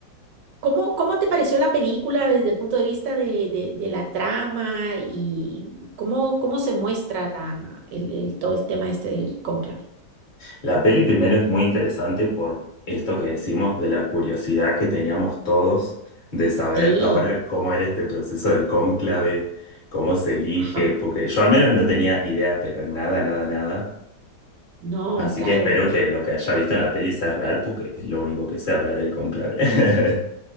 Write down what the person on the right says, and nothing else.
¿Cómo, cómo te pareció la película desde el punto de vista de, de- de la trama y y cómo, cómo se muestra la, el, el- todo el tema este del cónclave?
Sí,
ajá.
No,
claro,
porque